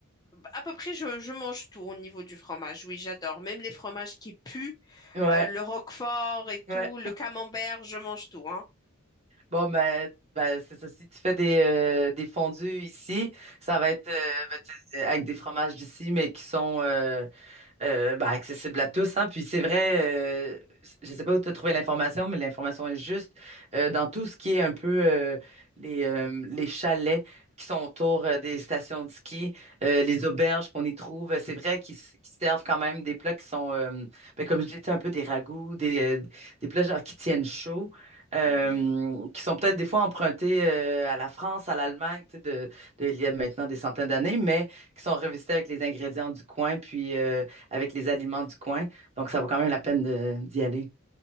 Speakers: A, on the left; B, on the right.
A: à peu près, je, je mange tout au niveau du fromage. Oui, j'adore. Même les fromages qui puent,
B: Ouais,
A: euh, le roquefort et tout,
B: ouais.
A: le camembert, je mange tout, hein.
B: Bon, ben, ben c'est ça. Si tu fais des, euh, des fondus ici, ça va être euh, ben, tu sais, avec des fromages d'ici, mais qui sont euh, euh, bah, accessible à tous, hein. Puis c'est vrai, euh, je sais pas où tu as trouvé l'information, mais l'information est juste euh, dans tout ce qui est un peu euh, les, euh, les chalets qui sont autour euh, des stations de ski, euh, les auberges qu'on y trouve. C'est vrai qu'ils s- qu'ils servent quand même des plats qui sont, euh, ben, comme je disais, un peu des ragoûts, des, euh, des plats genre qui tiennent chaud. euh,
A: Mhm.
B: qui sont peut-être des fois empruntés euh, à la France, à l'Allemagne, tu sais, de, de, il y a maintenant des centaines d'années, mais qui sont revisités avec les ingrédients du coin, puis euh, avec les aliments du coin. Donc, ça vaut quand même la peine de- d'y aller.